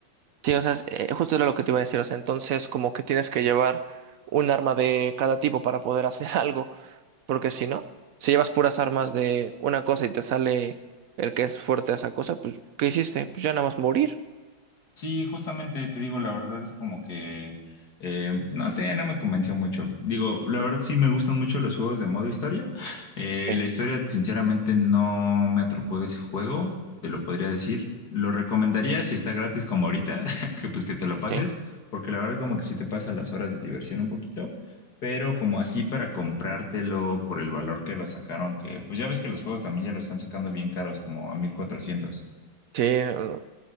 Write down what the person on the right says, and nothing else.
Sí, o sea, es- eh, justo era lo que te iba a decir. O sea, entonces como que tienes que llevar un arma de cada tipo para poder hacer <laughs> algo. Porque si no, si llevas puras armas de una cosa y te sale el que es fuerte de esa cosa, pues, ¿qué hiciste? Pues ya nada más morir.
sí
eh.
Sí, no, no,